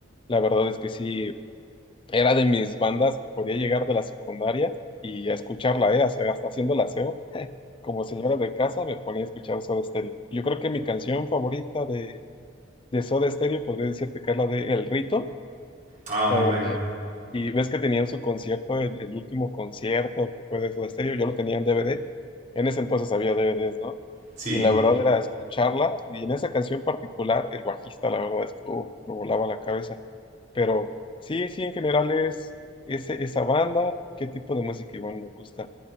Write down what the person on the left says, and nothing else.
la verdad es que sí, era de mis bandas que podía llegar de la secundaria y a escucharla, ¿eh? O sea, hasta haciendo el aseo, como señora de casa me ponía a escuchar Soda Stereo. Yo creo que mi canción favorita de de Soda Stereo, podría decirte que es la de El Rito,
la
verdad.
Y ves que tenían su concierto, el, el último concierto que fue de Soda Stereo, yo lo tenía en DVD. En ese entonces había DVDs, ¿no?
Y la verdad era escucharla, y en esa canción particular, el bajista, la verdad es que uh, me volaba la cabeza. Pero sí, sí, en general es ese, esa banda, qué tipo de música igual me gusta.